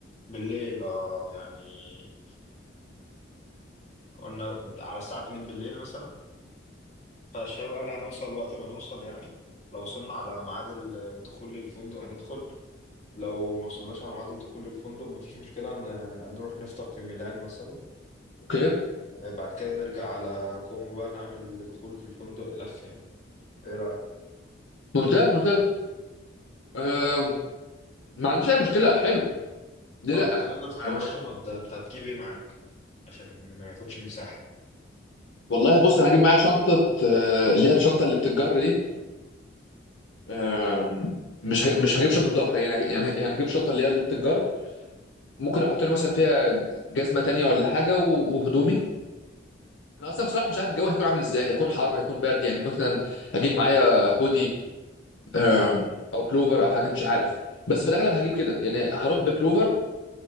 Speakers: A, on the left; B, on the left.
A: بالليل اه يعني قلنا على الساعة 2 بالليل مثلا فالشباب قال هنوصل وقت ما نوصل يعني لو وصلنا على ميعاد الدخول للفندق هندخل لو ما وصلناش على ميعاد دخول الفندق مفيش مشكلة ن- ن- نروح نفطر في ميلان مثلا
B: اوكي
A: بعد كده نرجع على كومو بقى نعمل دخول في الفندق لف يعني ايه رأيك؟
B: ممتاز ممتاز آم، ما عنديش اي مشكله حلو دي
A: برضه
B: لا
A: اتكلمنا في حوار
B: يعني
A: الشنط ده انت هتجيب ايه معاك عشان ما ياخدش مساحة
B: والله بص انا هجيب معايا شنطه آه، اللي هي الشنطه اللي بتتجر دي آم، مش ه- مش هجيب شنطه ظهر يعني يعني يعني هجيب شنطه اللي هي اللي بتتجر ممكن احط لي مثلا فيها جزمه تانية ولا حاجه و- وهدومي انا اصلا بصراحه مش عارف الجو هيكون عامل ازاي هيكون حر هيكون برد يعني مثلا اجيب معايا هودي آم، او بلوفر او حاجه مش عارف بس في الاغلب هجيب كده يعني هروح ببلوفر